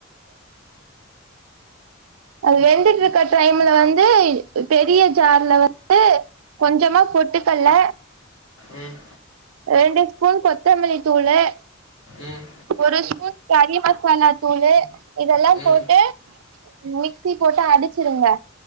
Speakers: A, on the right (about 80°); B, on the left (about 65°).
A: அது வெந்துட்டு இருக்க டைம்ல வந்து பெரிய ஜார்ல வந்து கொஞ்சமா பொட்டுக்கல்ல
B: ம்
A: ரெண்டு ஸ்பூன் கொத்தமல்லி தூளு
B: ம்
A: ஒரு ஸ்பூன் கறி மசாலா தூளு இதெல்லாம்
B: ம்
A: போட்டு மிக்சி போட்டு அடுச்சுருங்க